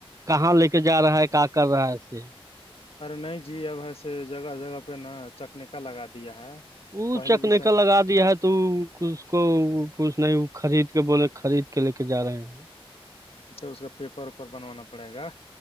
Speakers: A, on the right (about 35°); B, on the left (about 75°).
A: کہاں لے کے جا رہا ہے کہ کر رہا ہے سے
B: ارے نہیں جی اب ایسے جگہ جگہ پہ نا چکنےیکا لگا دیا ہے
A: ا
B: پہلے
A: چکنے
B: جیسے
A: کا لگا دیا تو اس کو کوچھ نہیں خرید کے بولے خرید کے لے کے جا رہے ہیں
B: اچھا اس کا پیپر اپر بنوانا پڑے گا